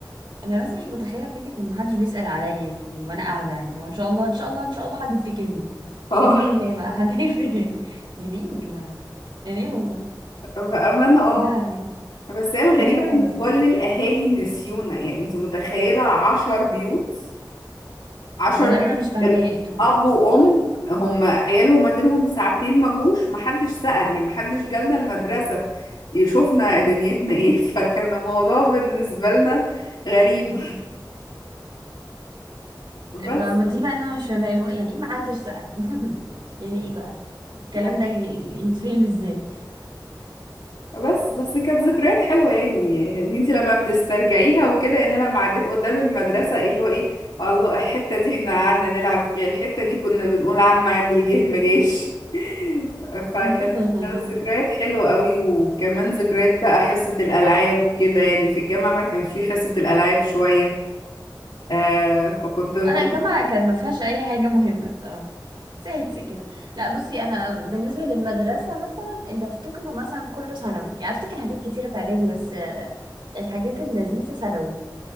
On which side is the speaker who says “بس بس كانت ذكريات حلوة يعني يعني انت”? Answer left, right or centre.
Left